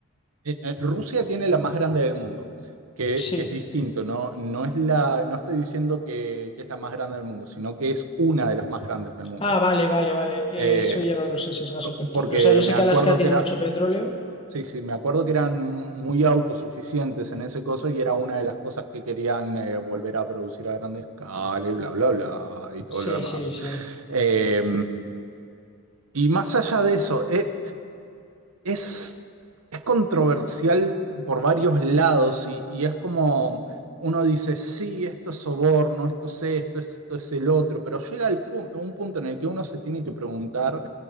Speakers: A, on the right; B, on the left.
A: Eh, eh, Rusia tiene la más grande del mundo, que,
B: Sí.
A: que es distinto, no, no es la, no estoy diciendo que, que es la más grande del mundo, sino que es una de las más grandes del mundo.
B: Ah, vale, vale, vale.
A: Eh,
B: Eso ya no lo sé si es gas o petróleo.
A: porque
B: O sea, yo
A: me
B: sé
A: acuerdo
B: que Alaska tiene
A: que era,
B: mucho petróleo.
A: sí, sí, me acuerdo que eran muy autosuficientes en ese coso y era una de las cosas que querían eh, volver a producir a gran escala y bla, bla, bla, y todo
B: Sí,
A: lo demás.
B: sí, sí.
A: Eh, y más allá de eso, e- Es, es controversial por varios lados y, y es como uno dice, sí, esto es soborno, esto es esto, esto es el otro, pero llega el pu- un punto en el que uno se tiene que preguntar